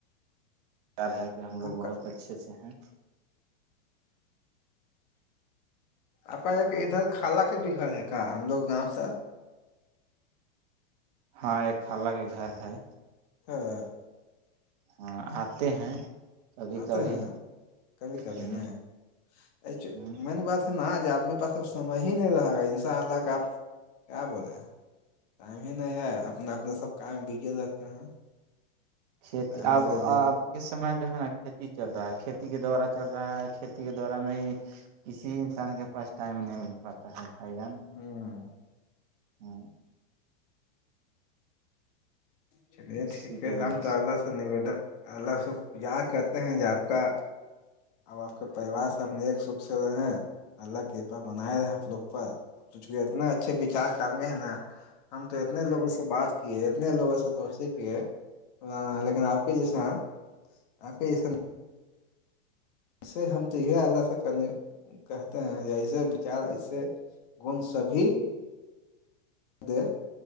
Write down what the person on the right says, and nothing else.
یار ہے کہ ہم لگ
بہت اچھے سے ہیں
ہاں ایک خلہ کے گھر ہے
اور آتے ہیں کبھی
کبھی
ہ
ہ
کھیتی
اب
ابھی کے سمے جو ہے نا کھیتی چل رہا ہے کھیتی کے دوارا چل رہا ہے کھیتی کے دورا میں ہی کسی انسان کے پاس ٹائم نہیں مل پاتا ہے کھائی جان
ہوں
اسی
کی
وجہ